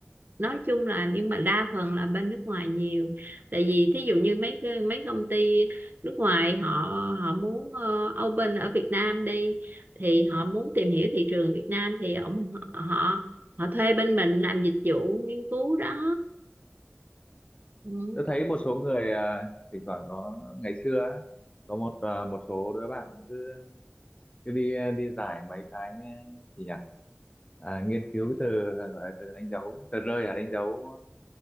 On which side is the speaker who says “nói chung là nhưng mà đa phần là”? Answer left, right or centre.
Right